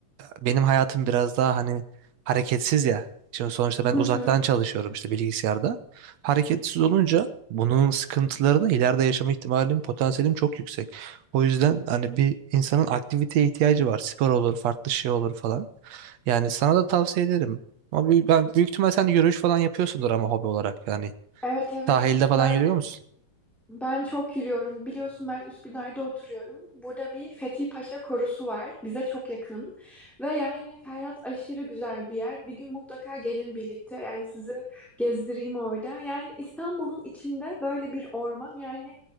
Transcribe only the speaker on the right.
benim hayatım biraz daha hani hareketsiz ya. Şimdi sonuçta ben
uzaktan
çalışıyorum işte bilgisayarda. Hareketsiz olunca bunun sıkıntılarını ileride yaşama ihtimalim, potansiyelim çok yüksek. O yüzden hani bir insanın aktiviteye ihtiyacı var. Spor olur, farklı şey olur falan. Yani sana da tavsiye ederim. Ama büyük, ben büyük ihtimal sen yürüyüş falan yapıyorsundur ama hobi olarak yani.
Sahilde falan
yürüyor musun?